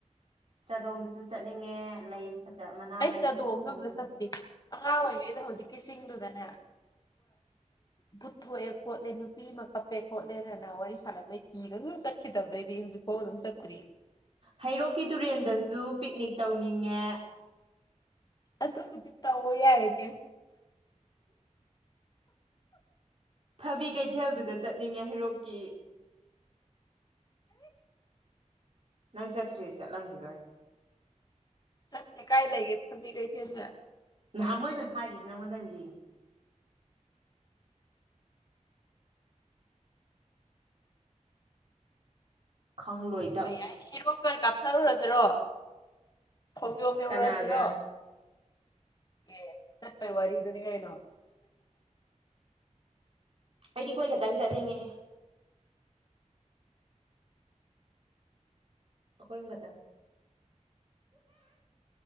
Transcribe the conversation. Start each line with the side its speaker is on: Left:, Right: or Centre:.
Right: ꯆꯥꯗꯣꯡꯗꯁꯨ ꯆꯠꯅꯤꯡꯉꯦ ꯂꯩ ꯐꯖ ꯃꯅꯥ
Left: ꯑꯩ
Right: ꯂꯩꯒꯤ
Left: ꯆꯗꯣꯡꯗ
Right: ꯃꯈꯣꯡꯗꯣ
Left: ꯑꯝꯇ ꯆꯠꯇꯔꯤ ꯑꯉꯥꯡ ꯑꯣꯏꯔꯤꯉꯩꯗ ꯍꯧꯖꯤꯛꯀꯤ ꯆꯤꯡꯗꯨ ꯑꯗꯨꯅ ꯕꯨꯠꯊꯣꯛꯑꯦ ꯈꯣꯠꯂꯦ ꯅꯨꯄꯤ ꯑꯃ ꯀꯞꯄꯦ ꯈꯣꯠꯂꯦꯅꯅ ꯋꯥꯔꯤ ꯁꯥꯟꯅꯕꯗꯩ ꯀꯤꯔꯒ ꯆꯠꯈꯤꯗꯕꯗꯩꯗꯤ ꯍꯧꯖꯤꯛꯐꯥꯎ ꯑꯗꯨꯝ ꯆꯠꯇ꯭ꯔꯤ
Right: ꯍꯩꯔꯣꯛꯀꯤ ꯇꯨꯔꯦꯟꯗꯁꯨ ꯄꯤꯛꯅꯤꯛ ꯇꯧꯅꯤꯡꯉꯦ
Left: ꯑꯗꯨꯕꯨꯗꯤ ꯇꯑꯣ ꯌꯥꯏꯅꯦ
Right: ꯊꯕꯤ ꯀꯩꯊꯦꯜꯗꯨꯗ ꯆꯠꯅꯤꯡꯉꯦ ꯍꯩꯔꯣꯛꯀꯤ ꯅꯪ ꯆꯠꯇ꯭ꯔꯤ ꯆꯠꯂꯝꯈꯤꯔꯣꯏ
Left: ꯆꯠꯇꯦ ꯀꯥꯏ ꯂꯥꯏꯒꯦ ꯊꯕꯤ ꯀꯩꯊꯦꯟꯗ
Right: ꯅꯍꯥꯟ ꯃꯣꯏꯅ ꯊꯥꯏꯗꯨꯗꯤ ꯅꯪ ꯉꯣꯟꯗ ꯂꯤꯡꯛ ꯈꯪꯂꯣꯏꯗꯕ
Left: ꯆꯠꯄ ꯌꯥꯏ ꯍꯩꯔꯣꯀ ꯇ ꯑꯣꯏꯅ ꯀꯥꯞꯊꯔꯨꯔꯁꯤꯔꯣ ꯈꯣꯡꯖꯣꯝ ꯌꯧꯔꯛꯑꯁꯤꯔꯣ
Right: ꯀꯅꯥꯒ
Left: ꯑꯦ ꯆꯠꯄꯩ ꯋꯥꯔꯤꯗꯨꯅꯤ ꯀꯩꯅꯣ
Right: ꯑꯩꯗꯤ ꯀꯣꯏ ꯈꯛꯇꯪ ꯆꯠꯅꯤꯡꯉꯦꯍꯦ ꯑꯈꯣꯏ ꯑꯍꯨꯝ ꯈꯇꯪ